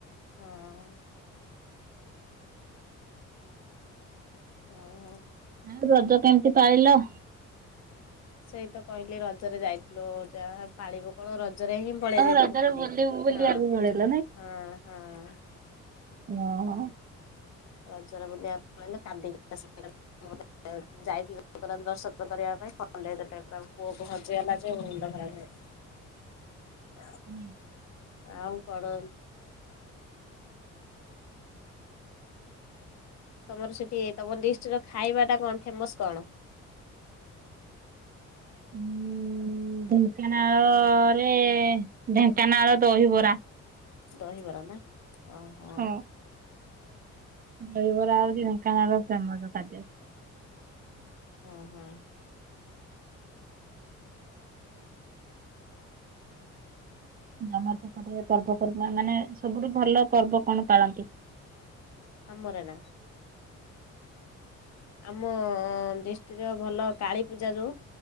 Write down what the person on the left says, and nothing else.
ହଁ। ହଁ ହଁ।
ସେଇ ତ କହିଲି ରଜରେ ଯାଇଥିଲୁ ଯାହା ପାଳିବୁ କଣ ରଜରେ ହିଁ ପଳିଇ
ଯାଇଥିଲୁ
ପୁରୀ,
ହଁ,
ହଁ, ହଁ, ହଁ।
ରଜ ବୁଲିବା <inaudible> ଯାଇଥିଲି ଜଗନ୍ନାଥଙ୍କୁ ଦର୍ଶନ କରିବା ପାଇଁ ଫନ ଦେଇଦେଲେ ପୁରା ପୁଅକୁ ହଜିଗଲା ଯେ ମୁଣ୍ଡ ଖରାପ ହେଇଗଲା।
<unintelligible>
ଆଉ କଣ? ତମର ସେଠି ତମ ଡିଷ୍ଟ୍ରିକ୍ଟର ଖାଇବା ଟା କଣ ଫେମସ କଣ?
ଦହିବରା ନା ଓହୋ।
ହୁଁ।
ହଁ, ହଁ।
ଆମର ନା? ଆମ ଡିଷ୍ଟ୍ରିକ୍ଟ ଭଲ କାଳୀ ପୂଜା ଯୋଉ